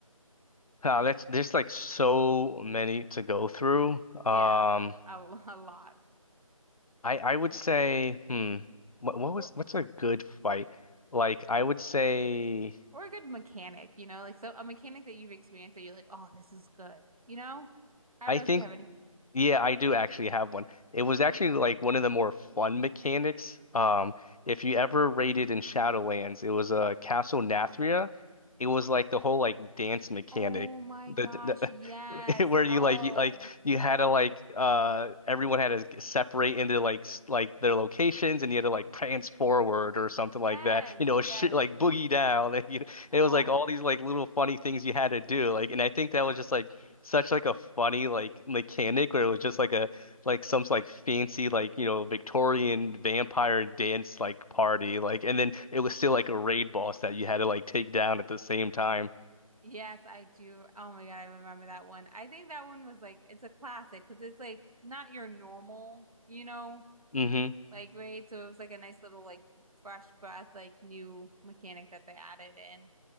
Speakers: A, on the left (about 80°); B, on the right (about 85°).
A: Wow, that's there's like so many to go through.
B: Yeah,
A: Um,
B: a, <laughs> a lot.
A: I I would say, hmm, what what
B: Or
A: was what's a good fight? Like I would say,
B: or a good mechanic, you know? Like so a mechanic that you've experienced that you're like, "Oh, this is good." You know? I don't
A: I
B: know
A: think.
B: if you have any.
A: Yeah, I do actually have one. It was actually like one of the more fun mechanics. Um, if you ever raided in Shadowlands, it was a uh, Castle Nathria. It was like the whole like dance mechanic,
B: Oh my
A: the,
B: gosh,
A: the
B: yes.
A: <laughs> where
B: Oh,
A: you like you, like you had to like uh everyone had to g- separate into like s- like their locations and you had to like prance forward or something
B: yes,
A: like that. You know,
B: yes.
A: shit like boogie down. <laughs> you know,
B: Oh,
A: It was like all these like little funny things you had to do. Like, and I think that was just like such like a funny like mechanic where it was just like a like some like fancy like you know Victorian vampire dance like party like and then it was still like a raid boss that you had to like take down at the same time.
B: Yes, I do. Oh my God, I remember that one. I think that one was like it's a classic because it's like not your normal, you know,
A: hmm
B: like right. So it was like a nice little like fresh breath, like new mechanic that they added in.